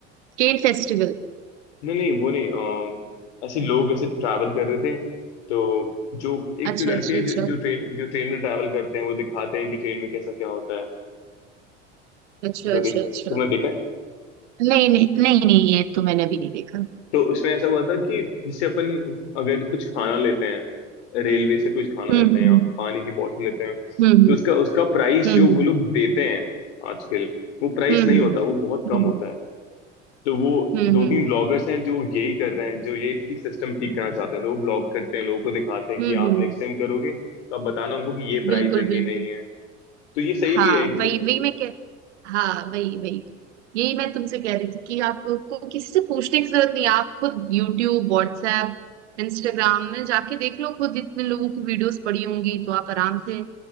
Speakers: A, on the right (about 75°); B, on the left (about 70°).
A: केन फेस्टिवल
B: नहीं नहीं वो नहीं अ, ऐसे लोग ऐसे ट्रैवल कर रहे थे तो जो एक
A: अच्छा
B: जो लड़के
A: अच्छा
B: जो
A: अच्छा
B: जो ट्रेन जो ट्रेन में ट्रैवल करते हैं वो दिखाते हैं कि ट्रेन में कैसा क्या होता है
A: अच्छा
B: तुमने
A: अच्छा
B: देखा
A: अच्छा
B: तुमने देखा है
A: नहीं नहीं नहीं नहीं ये तो मैंने अभी नहीं देखा
B: तो उसमें ऐसा हुआ था कि जैसे अपन अगर कुछ खाना लेते हैं रेलवे से कुछ खाना
A: हम्म
B: लेते
A: हम्म हम्म
B: हैं या
A: हम्म।
B: पानी की बोतल लेते हैं तो
A: हम्म
B: उसका उसका प्राइस
A: हम्म
B: जो वो लोग देते हैं आजकल वो प्राइस
A: हम्म
B: नहीं होता वो बहुत
A: हम्म
B: कम होता है तो वो
A: हम्म हम्म
B: दो
A: हम्म,
B: तीन
A: हम्म,
B: ब्लॉगर्स हैं जो यही कर रहे हैं जो ये ठीक सिस्टम ठीक करना चाहते हैं तो वो ब्लॉग करते हैं लोगों को दिखाते हैं
A: हम्म,
B: कि आप
A: हम्म,
B: नेक्स्ट टाइम करोगे तो आप बताना उनको कि ये प्राइस
A: बिल्कुल
B: है ये
A: बिल्कुल
B: नहीं है तो ये सही
A: हाँ
B: भी है कि-
A: वही वही मैं कह हाँ वही वही यही मैं तुमसे कह रही थी कि आपको किसी से पूछने की जरूरत नहीं है। आप खुद यूट्यूब व्हाट्सएप इंस्टाग्राम में जाके देख लो खुद इतने लोगों की वीडियोस पड़ी होंगी तो आप आराम से